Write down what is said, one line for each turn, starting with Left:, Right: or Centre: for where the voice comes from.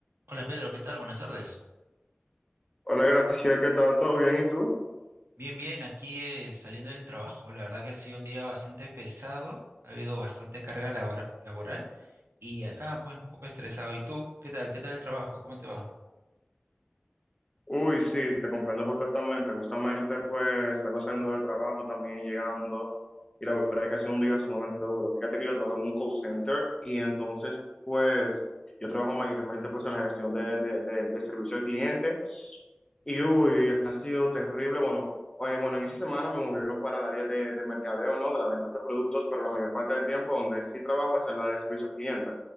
Right: Hola Pedro, ¿qué tal? Buenas tardes.
Left: Hola, Graciela, ¿qué tal? ¿Todo bien? ¿Y tú?
Right: Bien, bien, aquí eh, saliendo del trabajo. La verdad que ha sido un día bastante pesado, ha habido bastante carga labor- laboral y acá pues un poco estresado. ¿Y tú? ¿Qué tal? ¿Qué tal el trabajo? ¿Cómo te va?
Left: Uy, sí, te comprendo perfectamente. Justamente, pues, vengo saliendo del trabajo también, llegando, y la verdad es que ha sido un día sumamente duro. Fíjate que yo trabajo en un call center y entonces, pues, yo trabajo mayormente, pues, en la gestión de, de, de- de servicio al cliente y, uy, ha sido terrible. Bueno, oye, bueno, en esa semana me movieron para el área de, de mercadeo, ¿no? De la venta de productos, pero la mayor parte del tiempo donde sí trabajo es en la de servicio al cliente.